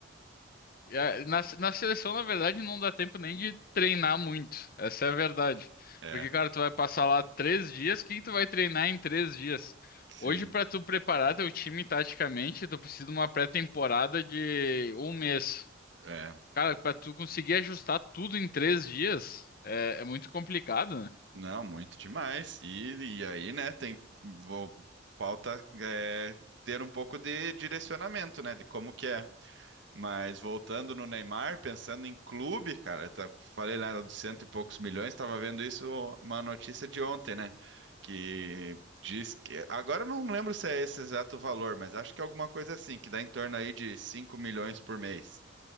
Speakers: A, on the left; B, on the right.
A: é, na, na seleção, na verdade, não dá tempo nem de treinar muito. Essa é a verdade.
B: É,
A: Porque, cara, tu vai passar lá três dias. O que que tu vai treinar em três dias?
B: sim.
A: Hoje, pra tu preparar teu time taticamente, tu precisa de uma pré-temporada de um mês.
B: É.
A: Cara, pra tu conseguir ajustar tudo em três dias é, é muito complicado, né?
B: Não, muito demais. E, e aí, né, tem, vou, falta é, ter um pouco de direcionamento, né, de como que é. Mas voltando no Neymar, pensando em clube, cara, eu tá- falei lá de cento e poucos milhões, estava vendo isso, uma notícia de ontem, né, que diz que, agora eu não lembro se é esse exato valor, mas acho que é alguma coisa assim, que dá em torno aí de 5 milhões por mês.